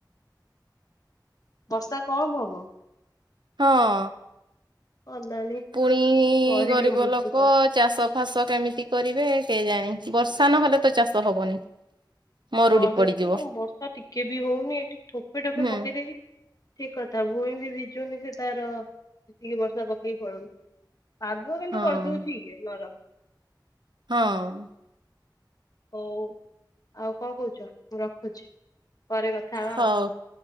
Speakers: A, on the left (about 50°); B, on the right (about 75°).
A: ବର୍ଷା କମ୍ ହବ।
B: ହଁ
A: ଅନାନି
B: ପୁଣି
A: ମରିବେ
B: ଗରିବ
A: ମଣିଷ
B: ଲୋକ
A: ସବୁ
B: ଚାଷ ଫାସ କେମିତି କରିବେ କେଜାଣି ବର୍ଷା ନହେଲେତ ଚାଷ ହବନି? ମରୁଡି
A: ହଁ
B: ପଡିଯିବ।
A: ଦେଖୁ ବର୍ଷା ଟିକେବି ହଉନି ଏଠି ଠୋପେ ଠୋପେ
B: ହୁଁ
A: ପକେଇଦେଇକି ଠିକ୍ କଥା ଭୁଇଁବି ଭିଜୁନି ସେତାର ଏତିକି ବର୍ଷା ପକେଇ ପଳଉଚି। ପାଗ କିନ୍ତୁ
B: ହଁ।
A: କରିଦଉଚି ନର
B: ହଁ।
A: ହଉ ଆଉ କଣ କହୁଛ ମୁଁ ରଖୁଛି ପରେ କଥା ହବା
B: ହଉ
A: ଆଉ?